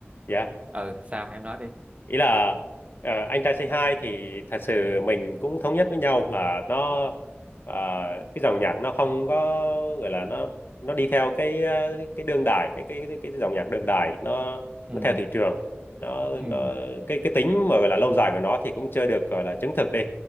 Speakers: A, on the left (about 55°); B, on the right (about 30°).
A: yeah
B: ờ ừ, sao em nói đi
A: ý là ờ, anh trai Say Hi thì thật sự mình cũng thống nhất với nhau là nó ờ, cái dòng nhạc nó không có gọi là nó nó đi theo cái ờ, cái đương đại cái cái cái, cái dòng nhạc đương đại nó
B: ừ
A: nó theo thị trường nó
B: ừ
A: nó cái cái tính mà gọi là lâu dài của nó thì cũng chưa được gọi là chứng thực đi